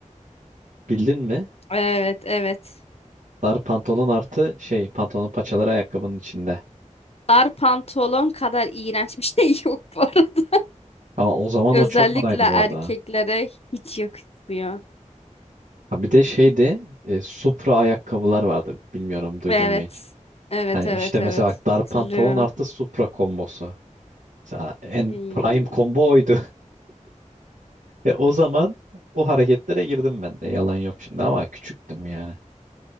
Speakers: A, on the right (about 80°); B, on the left (about 50°).
A: Bildin mi?
B: Evet evet.
A: Dar pantolon artı şey pantolonun paçaları ayakkabının içinde.
B: Dar pantolon kadar iğrenç bir şey <laughs> yok bu arada.
A: Ama o zaman
B: Özellikle
A: o çok modaydı
B: erkeklere
A: bu arada. Ha
B: hiç yakışmıyor.
A: Ha, bir de şeydi e, Supra ayakkabılar vardı. Bilmiyorum duydun
B: Evet.
A: mu hiç?
B: Evet
A: Yani
B: evet
A: işte mesela
B: evet.
A: bak dar
B: Hatırlıyorum.
A: pantolon artı Supra kombosu. Mesela en
B: İy,
A: prime combo oydu. E o zaman o hareketlere girdim ben de. Yalan yok şimdi ama küçüktüm yani.